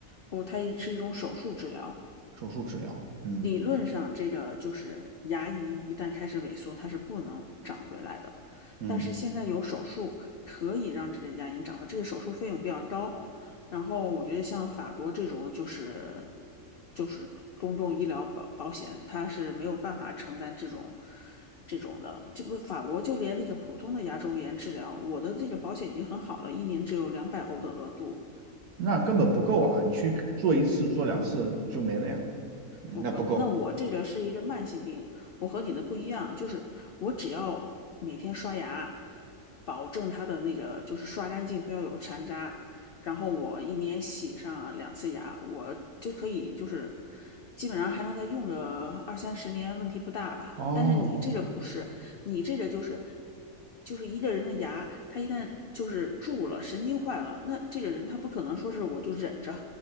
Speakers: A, on the left; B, on the right.
A: 不过它是一种手术治疗。
B: 手术治疗？嗯
A: 理论上，这个就是牙龈一旦开始萎缩，它是不能长回来的。
B: 嗯。
A: 但是现在有手术可以让这个牙龈长回来，这个手术费用比较高。然后我觉得像法国这种就是就是公共医疗保保险，它是没有办法承担这种这种的。这不法国就连那个普通的牙周炎治疗，我的这个保险已经很好了，一年只有两百欧的额度。
B: 那根本不够啊！你去做一次、做两次就没了呀，嗯那不够。
A: 我我那我这个是一个慢性病，我和你的不一样，就是我只要每天刷牙，保证它的那个就是刷干净，不要有残渣，然后我一年洗上两次牙，我就可以就是基本上还能再用个二三十年，问题不大吧。
B: 哦，
A: 但是你这个不是，你这个就是就是一个人的牙，他一旦就是蛀了，神经坏了，那这个人他不可能说是我就忍着，